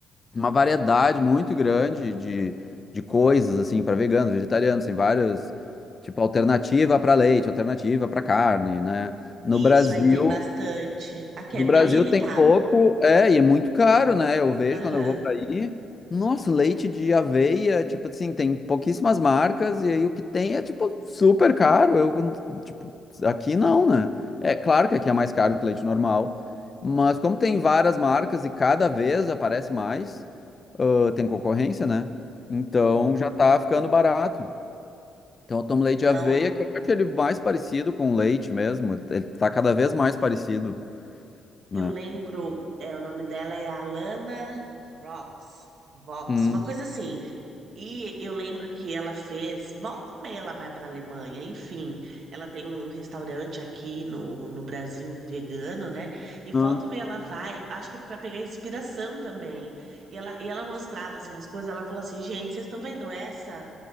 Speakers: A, on the left; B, on the right.
A: uma variedade muito grande de, de coisas, assim, para veganos, vegetarianos, tem várias, tipo, alternativa para leite, alternativa para carne, né? No Brasil,
B: Isso aí tem bastante. Aqui
A: no
B: é bem
A: Brasil
B: limitado.
A: tem pouco, é, e é muito caro, né? Eu vejo
B: Aham.
A: quando eu vou para aí. Nossa, leite de aveia, tipo assim, tem pouquíssimas marcas, e aí o que tem é, tipo, super caro. Eu, tipo, aqui não, né? É claro que aqui é mais caro que leite normal, mas como tem várias marcas e cada vez aparece mais, ah, tem concorrência, né? Então
B: Sim.
A: já tá ficando barato. Então eu tomo leite
B: Não,
A: de aveia, que eu acho ele mais parecido com leite mesmo. Ele ele tá cada vez mais parecido, né?
B: eu lembro, é, o nome dela é Alana Rox, Vox,
A: Hum.
B: uma coisa assim. E eu lembro que ela fez, volta e meia ela vai para Alemanha, enfim. Ela tem um restaurante aqui no, no Brasil vegano, né? E volta
A: Hã?
B: e meia ela vai, acho que para pegar inspiração também. E ela, e ela mostrava assim as coisas, ela falou assim: "Gente, vocês estão vendo essa?